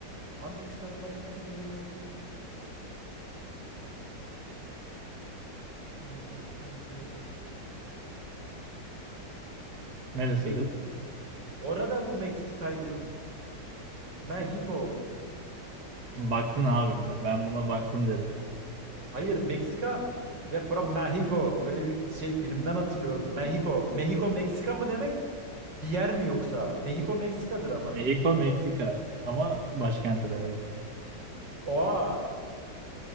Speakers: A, on the right; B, on the right.
A: Abi Meksika'nın başkenti. Meksika'nın başkenti.
B: Neresidir?
A: Me Orada mı Meksika'ydı? Mexico.
B: Baktın abi mi? Ben buna baktım derim.
A: Hayır Meksika. We're from Mexico. Öyle bir şey filmden hatırlıyorum. Mexico. Mexico Meksika mı demek? Bir yer mi yoksa? Mexico Meksika'dır ama.
B: Mexico, Meksika. Ama başkenti de evet.
A: Oha.